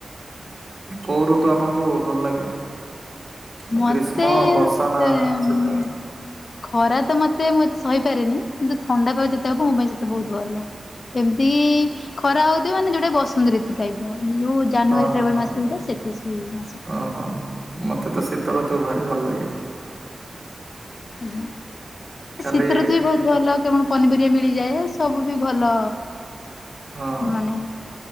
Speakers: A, on the right; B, on the left.
A: କୋଉ ଋତୁ ଆପଣଙ୍କୁ ଭଲ ଲାଗେ? ମାନେ
B: ମୋତେ
A: ଗ୍ରୀଷ୍ମ ବର୍ଷା
B: ସେ
A: ନା
B: ଉଁ,
A: ଶୀତ
B: ଖରା ତ ମୋତେ ମୁଁ ଏତେ ସହିପାରେନି କିନ୍ତୁ ଥଣ୍ଡା ପାାଗ ଯେତେ ହବ ମୋ ପାଇଁ ସେତେ ବହୁତ ଭଲ। କେମତି ଏଇ ଖରା ହଉଥିବ ମାନେ ଯୋଉଟା ବସନ୍ତ ଋତୁ ଟାଇପ୍ ର ଯୋଉ ଜାନୁଆରୀ
A: ହଁ ହଁ
B: ଫେବୃୟାରୀ
A: ହଁ
B: ମାସ ଯୋଉଟା ସେଟି ସେଇ ମାସ ଟା।
A: ଓହୋ ମତେ ତ ଶୀତ ଋତୁ ଭାରି ଭଲ ଲାଗେ
B: ହୁଁ
A: ଖାଲି
B: ଶୀତ ଋତୁ ବି ବହୁତ୍ ଭଲ କେ କଣ ପନିପରିବା ମିଳିଯାଏ ସବୁ ବି ଭଲ
A: ହଁ
B: ମାନେ